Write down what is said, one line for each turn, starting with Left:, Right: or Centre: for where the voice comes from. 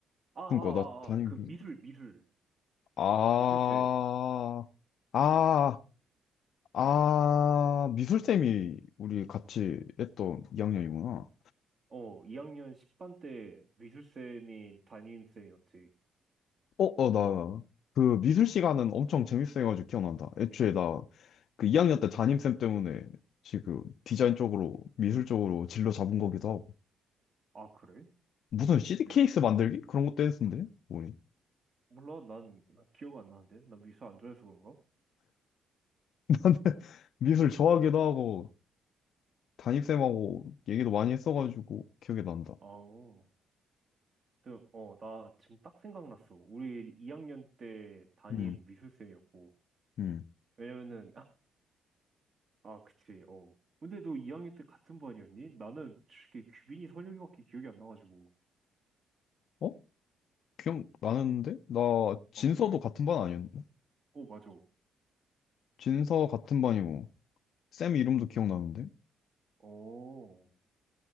Right: 아, 아, 아,
Left: 그러니까 나 담임
Right: 아, 그 미술, 미술,
Left: 아,
Right: 미술쌤.
Left: 아, 아 미술쌤이 우리 같이 했던 2학년이구나.
Right: 어, 2학년 10반 때 미술쌤이 담임쌤이었지.
Left: 어, 어, 나, 그 미술 시간은 엄청 재밌어가지고 기억난다. 애초에 나, 그 2학년 때 담임쌤 때문에 지금 디자인 쪽으로, 미술 쪽으로 진로 잡은 거기도 하고.
Right: 아, 그래?
Left: 무슨 CD
Right: 왜?
Left: 케이스 만들기? 그런 것도 했는데? 뭐니?
Right: 몰라, 난, 난 기억 안 나는데? 난 미술 안 좋아해서 그런가?
Left: <laughs> 미술 좋아하기도 하고, 담임쌤하고 얘기도 많이 했어가지고 기억이 난다.
Right: 아, 어, 근데, 어, 나 지금 딱 생각났어. 우리 2학년 때 담임
Left: 음,
Right: 미술쌤이었고.
Left: 음.
Right: 왜냐면은, <laughs> 아, 그치, 어. 근데 너 2학년 때 같은 반이었니? 나는 솔직히 규빈이 선혁이밖에 기억이 안 나가지고.
Left: 어? 기억나는데? 나 진서도
Right: 어, 그래?
Left: 같은 반 아니었나?
Right: 오, 맞아.
Left: 진서 같은 반이고, 쌤 이름도 기억나는데?
Right: 어,